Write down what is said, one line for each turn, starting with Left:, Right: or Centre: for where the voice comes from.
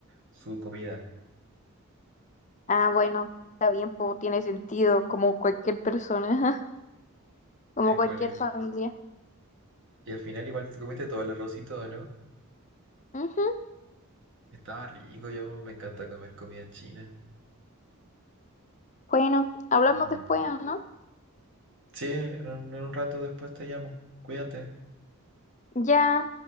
Right: su comida.
Left: Ah, bueno, está bien, po, tiene sentido, como cualquier persona, <laughs> como
Right: École.
Left: cualquier familia.
Right: Y al final igual te comiste todo el arrocito, ¿no?
Left: Ujú.
Right: Estaba rico, yo me encanta comer comida en China.
Left: Bueno, hablamos
Right: Y,
Left: después,
Right: y-
Left: ¿no?
Right: sí, en, en un rato después te llamo. Cuídate.
Left: Ya.